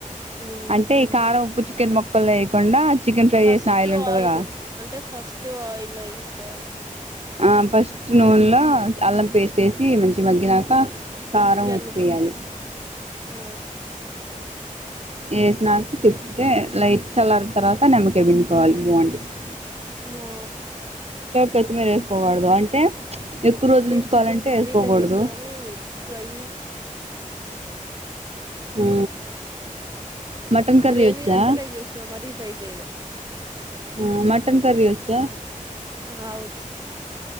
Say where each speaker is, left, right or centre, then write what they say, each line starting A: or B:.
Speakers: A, on the right; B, on the right.
A: ఉమ్
B: అంటే కారం ఉప్పు చికెన్ మొక్కల్లో వేయకుండా చికెన్ ఫ్రై
A: ఫస్ట్
B: చేసిన ఆయిల్ ఉంటది గా
A: అంటే ఫస్ట్ ఆయిల్లో వేసుకోవాలి
B: ఆ ఫస్ట్ నూనెలో అల్లం పేస్ట్ ఏసి మంచిగ మగ్గినాక కారం
A: ఎన్నిచే
B: ఉప్పు వేయాలి
A: ఆ
B: ఏసినాక తిప్పతే లైట్ చల్లారిన తర్వాత నిమ్మకాయ్ పిండుకోవాలి బాగుండుద్ది
A: ఆ
B: కొత్తిమీర వేసుకోకూడదు అంటే ఎక్కువ రోజులు
A: నేను
B: ఉంచుకోవాలంటే
A: చికెన్ కర్రీ
B: వేసుకోకూడదు
A: ట్రై చేసిన గానీ ఫ్రై
B: ఆ మటన్ కర్రీ
A: గ్రేవీ
B: వచ్చా
A: లెక్క ట్రై చేసినా మరి ఫ్రై చేయలే
B: ఆ మటన్ కర్రీ వచ్చా
A: అవచ్చు